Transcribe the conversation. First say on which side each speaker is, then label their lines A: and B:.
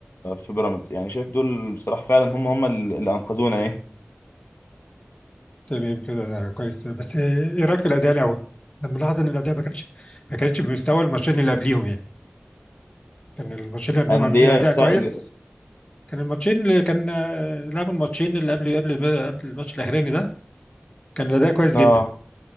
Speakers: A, on the left; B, on the left.
A: في بيراميدز يعني شايف دول بصراحه فعلا هم هم اللي انقذونا يعني
B: تمام كده ده كويس بس ايه رايك في الاداء الاول؟ انا ملاحظ ان الاداء ما كانش ما كانش بمستوى الماتشين اللي قبليهم يعني كان الماتشين اللي قبليهم
A: انديه
B: عاملين اداء
A: بتاع
B: كويس
A: ال-
B: كان الماتشين اللي كان آه، لعبوا الماتشين اللي قبل قبل قبل الماتش الاخراني ده كان الاداء كويس
A: اه
B: جدا